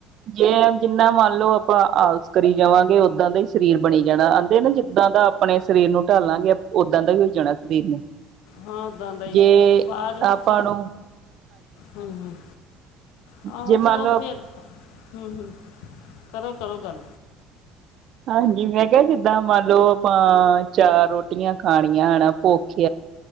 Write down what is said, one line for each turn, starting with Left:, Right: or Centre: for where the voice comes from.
Right: ਜੇ ਜਿੰਨਾ ਮੰਨ ਲਓ ਆਪਾਂ ਆਲਸੀ। ਕਰੀ ਜਾਵਾਂਗੇ ਉੱਦਾਂ ਦਾ ਹੀ ਸਰੀਰ ਬਣੀ ਜਾਣਾ ਆਹਦੇ ਨਾ ਜਿੱਦਾਂ ਦਾ ਆਪਣੇ ਸਰੀਰ ਨੂੰ ਢਾਲਾਂਗੇ ਉਦਾ ਦਾ ਹੀ ਹੋ ਜਾਣਾ ਸਰੀਰ ਨੇ
Left: ਹਾਂ ਉਦਾ ਹੀ
Right: ਜੇ
Left: ਬਾਅਦ ਵਿੱਚ
Right: ਆਪਾਂ ਨੂੰ
Left: ਹਾਂਜੀ ਆਹੋ
Right: ਜੇ ਮੰਨ
Left: ਚਲੋ
Right: ਲਓ
Left: ਫਿਰ ਹਮ ਕਰੋ ਕਰੋ ਗੱਲ
Right: ਹਾਂਜੀ ਮੈਂ ਕਿਹਾ ਜਿੱਦਾਂ ਮੰਨ ਲਓ ਆਪਾਂ ਚਾਰ ਰੋਟੀਆਂ ਖਾਣੀਆਂ ਹਨਾ ਭੁਖ